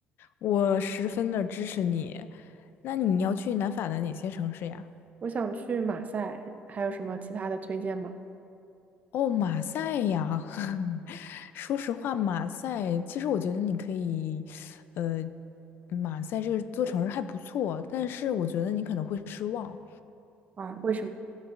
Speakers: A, on the left; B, on the right.
A: 我十分的支持你。那你要去南法的哪些城市呀？
B: <laughs> 我想去马赛，还有什么其他的推荐吗？
A: 哦，马赛呀。<laughs> 说实话，马赛，其实我觉得你可以，呃，马赛这个座城市还不错，但是我觉得你可能会失望。
B: 啊，为什么？